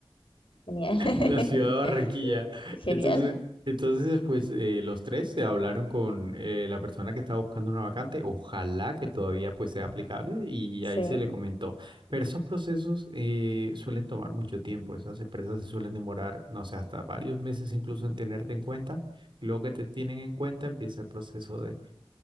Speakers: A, on the left; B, on the right.
A: Genial. <laughs>
B: La ciudad de Barranquilla.
A: Genial.
B: Entonces, entonces pues eh, los tres se hablaron con eh, la persona que estaba buscando una vacante, ojalá que todavía pues sea aplicable y
A: Sí,
B: ahí se le comentó. Pero esos procesos eh, suelen tomar mucho tiempo, esas empresas se suelen demorar, no sé, hasta varios meses incluso en tenerte en cuenta. Y luego que te tienen en cuenta empieza el proceso de,